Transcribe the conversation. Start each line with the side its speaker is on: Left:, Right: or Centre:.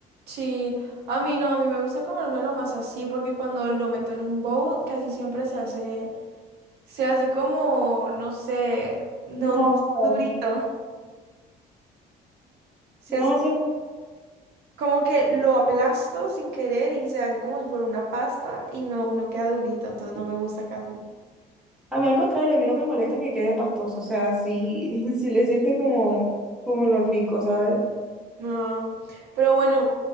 Right: Sí, a mí no, a mí me gusta comérmelo más así porque cuando lo meto en un bowl casi siempre se hace Se hace como, no sé, no,
Centre: Como
Right: no
Centre: aguacate.
Right: es durito. Se hace
Centre: No sé
Right: como que lo aplasto sin querer y se hace como si fuera una pasta y no, no queda durita, entonces no me gusta casi.
Centre: A mí al contrario, a mí no me molesta que quede pastoso, o sea, sí, <laughs> sí le siente como, como lo rico, ¿sabes?
Right: No. Pero bueno,